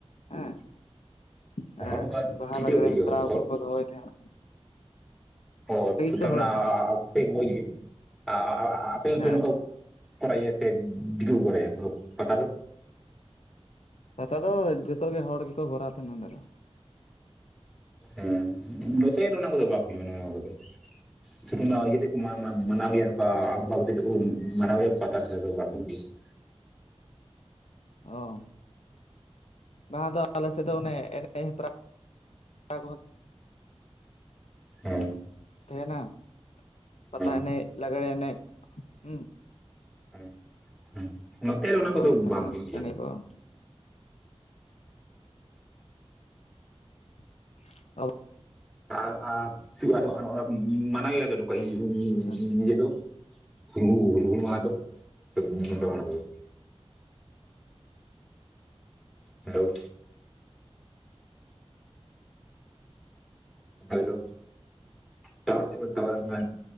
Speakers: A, on the left; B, in the centre.
A: ᱦᱮᱸ ᱾ ᱦᱮᱸ
B: ᱦᱚᱲ ᱫᱚ
A: ᱵᱟᱦᱟ,
B: ᱪᱤᱠᱟᱹ
A: ᱞᱟᱜᱽᱲᱮ
B: ᱦᱩᱭᱩᱜᱼᱟ
A: ᱦᱮᱯᱨᱟᱣ
B: ᱦᱚᱲ
A: ᱠᱚ ᱠᱚ ᱫᱚᱦᱚᱭᱮᱫ ᱛᱟᱦᱮᱸᱱᱟ ᱾
B: ᱚ ᱟᱪᱪᱷᱟ
A: ᱠᱚ
B: ᱛᱟᱨ
A: ᱦᱚᱲᱚᱜ
B: ᱢᱟᱱᱮ
A: ᱛᱟᱦᱮᱸᱱᱟ
B: ᱟᱯᱮ ᱵᱚᱡᱽ <unintelligible> ᱟᱯᱮ
A: ᱦᱮᱸ
B: ᱯᱮ <unintelligible> ᱱᱚᱠᱟ ᱠᱚᱨᱟᱭ ᱜᱮᱭᱟ ᱥᱮ ᱫᱤᱠᱩ ᱠᱚ ᱠᱚᱨᱟᱭᱟ ᱯᱟᱛᱟ ᱫᱚ?
A: ᱯᱟᱛᱟ ᱫᱚ ᱡᱚᱛᱚ ᱜᱮ ᱦᱚᱲ ᱜᱮᱠᱚ ᱠᱚᱨᱟᱣ ᱛᱟᱦᱮᱱ ᱱᱚᱸᱰᱮ ᱫᱚ ᱾
B: ᱦᱮᱸ, ᱱᱚᱛᱮ ᱫᱚ ᱚᱱᱟ ᱠᱚᱫᱚ ᱵᱟᱝ ᱦᱩᱭᱩᱜᱼᱟ ᱱᱚᱣᱟ ᱠᱚᱫᱚ ᱾ ᱥᱩᱫᱩ ᱚᱱᱟ ᱤᱭᱟᱹ ᱛᱮᱫ ᱠᱚ ᱢᱟ ᱢᱟᱱᱟᱣ ᱜᱮᱭᱟ ᱱᱚᱝᱠᱟ <unintelligible> ᱟᱢᱵᱟᱵᱚᱛᱤ ᱛᱮᱫ ᱠᱚ ᱢᱟᱱᱟᱣ ᱜᱮᱭᱟ ᱯᱟᱛᱟ ᱞᱮᱠᱟ ᱫᱚ ᱵᱟᱝ ᱦᱩᱭᱩᱜ ᱜᱮᱭᱟ ᱾
A: ᱚ ᱾ ᱵᱟᱝᱟ ᱟᱫᱚ ᱟᱞᱮ ᱥᱮᱫ ᱫᱚ ᱚᱱᱮ ᱮᱱᱮᱡ ᱦᱮᱯᱨᱟᱣ ᱠᱚᱦᱚᱸ
B: ᱦᱮᱸ᱾
A: ᱛᱟᱦᱮᱱᱟ ᱯᱟᱛᱟ
B: ᱦᱮᱸ
A: ᱮᱱᱮᱡ ᱞᱟᱜᱽᱲᱮ ᱮᱱᱮᱡ ᱦᱩᱸ᱾
B: ᱦᱩᱸ ᱦᱩᱸ ᱱᱚᱛᱮ ᱨᱮ ᱚᱱᱟ
A: ᱠᱚ
B: ᱠᱚᱫᱚ
A: ᱮᱱᱮᱡ ᱛᱟᱦᱮᱱᱟ
B: ᱵᱟᱝ ᱦᱩᱭᱩᱜ ᱜᱮᱭᱟ᱾
A: ᱮᱱᱮᱡ ᱠᱚ ᱦᱮᱸ᱾ <unintelligible>
B: ᱟᱨ ᱟᱨ <unintelligible> ᱢᱟᱱᱟᱣ ᱜᱮᱭᱟ ᱱᱚᱝᱠᱟ ᱤᱭᱟᱹ
A: ᱟᱪᱪᱷᱟ ᱟᱪᱪᱷᱟ
B: ᱫᱚ <unintelligible> ᱦᱩᱞ ᱢᱟᱦᱟ ᱫᱚ ᱥᱮ ᱵᱟᱯᱮ ᱢᱟᱱᱟᱣ ᱜᱮᱭᱟ? ᱦᱮᱞᱳ᱾ ᱦᱮᱞᱳ, ᱴᱟᱣᱟᱨ ᱨᱮ ᱪᱟᱜ ᱵᱮᱱ ᱴᱟᱣᱟᱨ <unintelligible>